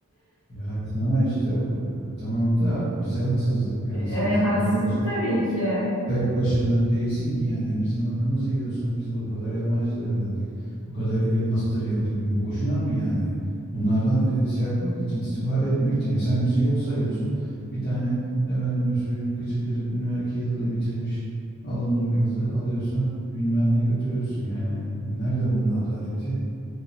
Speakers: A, on the left; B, on the left.
A: Ya ama işte bu- tamam da bize haksızlık yani
B: E,
A: sen
B: haksızlık
A: tek baş
B: tabii ki.
A: Tek başına değilsin ki yani bizim hakkımızı yiyorsun. Biz bu kadar yabancı dil öğrendik. Bu kadar master yaptık. Boşuna mı yani? Bunlardan e, şey yapmak için, istifade etmek için. ya sen bizi yok sayıyorsun. Bir tane efendime söyleyeyim kıçı kırık üniversite iki yıllığı bitirmiş alımlı bir kızı alıyorsun. Bilmem ne götürüyorsun yani. Nerede bunun adaleti?